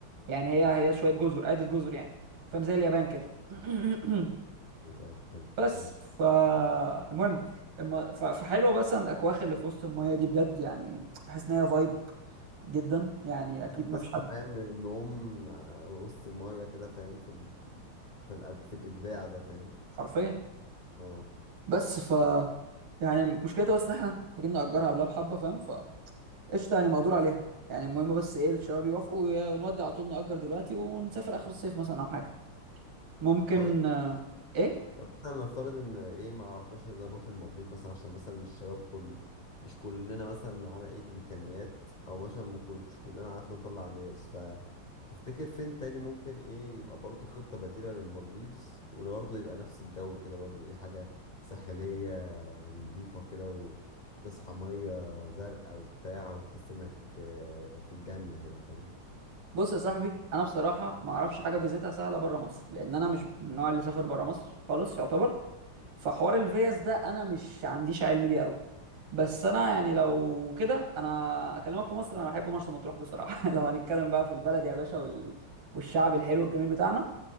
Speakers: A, on the right (about 80°); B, on the left (about 75°).
A: يعني هي
B: اوكي
A: هي شوية جزر عدة جزر يعني فاهم زي اليابان كده <clears throat>
B: ايوه فهمت
A: بس
B: ماشي
A: فالمهم اما ف- فحلوة بس أن الاكواخ اللي في وسط المية دي بجد يعني بحس ان هي فايب جدا يعني اكيد
B: تصحى
A: ما فيش حد
B: فاهم من النوم آه، وسط المية كده فاهم في ال... في, الأب... في الإبداع ده فاهم
A: حرفيا
B: اه
A: بس ف يعني مشكلتها بس ان احنا محتاجين نأجرها قبلها بحبة فاهم قشطه يعني مقدور عليها يعني المهم بس ايه الشباب يوافقوا وي- ونودي على طول نأجر دلوقتي ونسافر اخر الصيف مثلا او حاجه ممكن
B: طيب
A: آه، ايه
B: طب مثلا نفترض إن إيه ما عرفناش إذا نروح المالديف مثلا عشان مثلا مش شباب كل مش كلنا مثلا معانا إيه الإمكانيات أو مثلا ما كل- مش كلنا عارف نطلع فيز فتفتكر فين تاني ممكن إيه يبقى برضو خطة بديلة للمالديفز وبرضه يبقى نفس الجو كده برضو إيه حاجة ساحلية ونضيفة كده و- وتصحى مية زرقاء وبتاع وتحس انك آه، في الجنة كده فاهم
A: بص يا صاحبي انا بصراحه ما اعرفش حاجه فيزيتها سهله بره مصر لان انا مش من النوع اللي سافر بره مصر خالص يعتبر فحوار الفيز ده انا مش عنديش علم بيه قوي بس انا يعني لو كده انا اكلمك في مصر انا بحب مرسى مطروح بصراحه <laughs> لو هنتكلم بقى في البلد يا باشا وال... والشعب الحلو الجميل بتاعنا